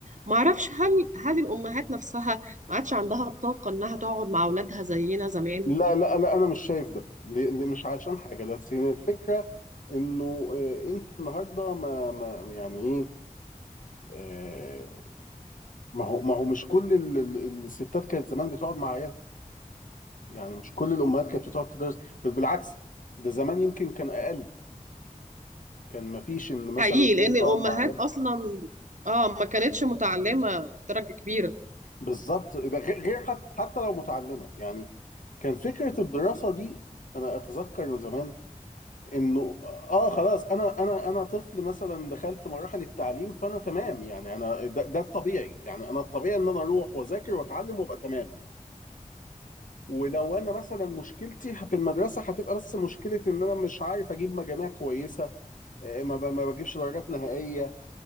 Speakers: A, on the right; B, on the left.
A: معرفش هل هل الامهات نفسها ما عادش عندها الطاقه انها تقعد مع اولادها زينا زمان
B: لا لا لا انا مش شايف ده ل- ل- مش عشان حاجه بس هي الفكره انه آه، انت النهارده ما ما يعني ايه آه، ما هو ما هو مش كل ال- ال- الستات كانت زمان بتقعد مع عيالها يعني مش كل الامهات كانت بتقعد تدرس بل بالعكس ده زمان يمكن كان اقل كان ما فيش ان مثلا
A: حقيقي
B: الاهالي
A: لان
B: تقعد
A: الامهات
B: مع عيال
A: اصلا اه ما كانتش متعلمه بدرجه كبيره
B: بالظبط ده غ- غير حتى حتى لو متعلمه يعني كان فكره الدراسه دي انا اتذكر زمان انه اه خلاص انا انا انا طفل مثلا دخلت مراحل التعليم فانا تمام يعني انا ده, ده الطبيعي يعني انا الطبيعي ان انا اروح واذاكر واتعلم وابقى تمام ولو انا مثلا مشكلتي في المدرسه هتبقى بس مشكله ان انا مش عارف اجيب مجاميع كويسه آه، ما ب- ما بجيبش درجات نهائية